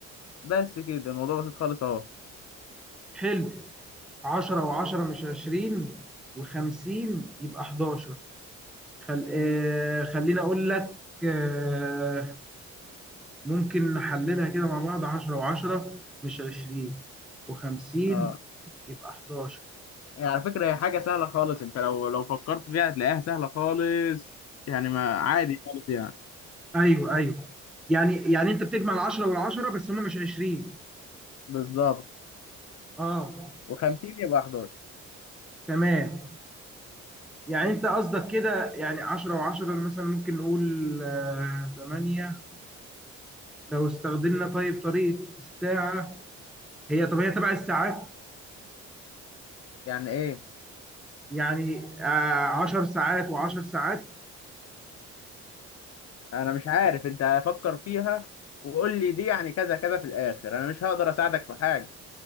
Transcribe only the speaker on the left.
بس كده الموضوع بسيط خالص اهو
اه
يعني على فكرة هي حاجة سهلة خالص انت لو لو فكرت فيها هتلاقيها سهلة خالص يعني ما عادي خالص يعني
بالظبط
و50 يبقى 11
يعني ايه
انا مش عارف انت هفكر فيها وقول لي دي يعني كذا كذا في الاخر انا مش هقدر اساعدك في حاجة